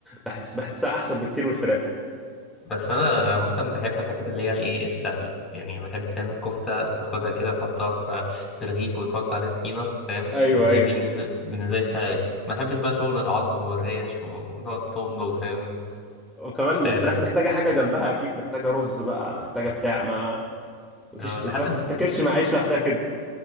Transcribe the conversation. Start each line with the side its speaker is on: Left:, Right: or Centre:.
Centre: بحس بحسها احسن بكتير من الفراخ
Left: بس انا عامة بحب الحاجات اللي هي الايه السهلة يعني بحب فاهم الكفتة باخدها كده تحطها في في رغيف وتحط عليها طحينة فاهم
Centre: ايوه
Left: دي
Centre: ايوه
Left: دي بالنسبة بالنسبة لي سهلة أوي. ما بحبش بقى شغل العظم والريش ونقعد تمضغ فاهم
Centre: وكمان
Left: مش عارف
Centre: الفراخ محتاجة حاجة جنبها أكيد محتاجة رز بقى محتاجة بتاع ما مفيش
Left: اه ده
Centre: الفراخ
Left: حتى
Centre: ما
Left: الف...
Centre: بتتاكلش مع عيش لوحدها كده